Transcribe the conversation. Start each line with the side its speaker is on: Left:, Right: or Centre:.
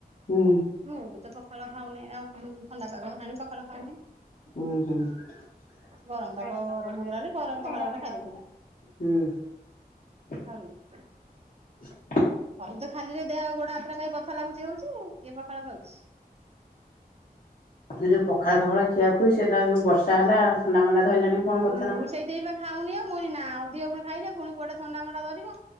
Left: ହୁଁ
Right: ମୁଁ ବି ତ ପଖାଳ ଖାଉନହି ଆଉ। ଥଣ୍ଡା ପାଗ ନହେଲାଣି ପକାଳ ଖାଉନି।
Left: <unintelligible>
Right: ଗରମ ପାଗ ଗରମ ହଉଥିଲା ବୋଲି ଗରମ ପଖାଳ ଖଣ୍ଡେ ଖାଇଦଉଥିଲି <unintelligible>
Left: <unintelligible>
Right: <unintelligible> <unintelligible> ଖାଲିରେ ଦେହଉ ଗୋଡ ହାତରେ ଖାଇ ବଥା ଲାଗୁଛି ହଉଛି, କିଏ ପଖାଳ ଖାଉଛି।
Left: ଏ ଯୋଉ ପଖାଳ ପଖାଳ ଖିଆ ସେଟା ସୁ ବର୍ଷା ହେଲା ଥଣ୍ଡା ମଣ୍ଡା ଧଇଲାଣି କଣ
Right: ହୁଁ
Left: ବଥା ନା
Right: ମୁଁ ସେଇଥିବା ଖାଉନି ଆଉ ମୁଇ ନା ଅଧିକ ପୁଣି ଖାଇଲେ ପୁଣି କୁଆଡେ ଥଣ୍ଡା ଫଣ୍ଡା ଧରିବ,